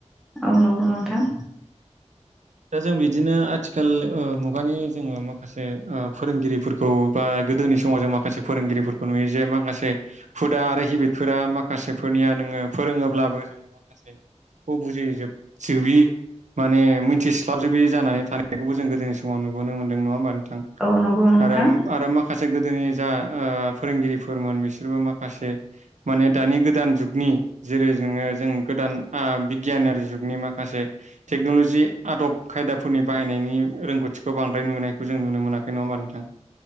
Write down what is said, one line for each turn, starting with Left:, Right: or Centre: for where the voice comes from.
Centre: औ नंगौ नोंथां।
Right: दा जों बिदिनो आथिखाल ओ मुगानि जोङो माखासे ओ फोरोंगिरिफोर खौ बा गोदोनि समाव जों माखासे फोरोंगिरिफोरखौ नुयो जे माखासे हुदा आरो हेबिटफोरा माखासेफोरनिया नोङो फोरोङोब्लाबो जोङो माखासे बुजिजोबि माने मिथिस्लाबजोबै जानानै थानायखौबो जों गोदोनि समाव नुबोनो मोनदों नङा होमबा नोंथां।
Centre: औ नंगौ नोंथां
Right: आरो- आरो माखा खासे गोदोनि जा फोरोंगिरिफोरमोन बिसोरबो माखासे माने दानि गोदान जुगनि जेरै नोङो जों गोदान बिगियानारि जुगनि माखासे टेक्न'लजि आदब खायदाफोरनि बाहायनायनि रोंगौथिखौ बांद्राय नुनाय खौ जोङो नुनो मोनाखै नङा होमबा नोंथां।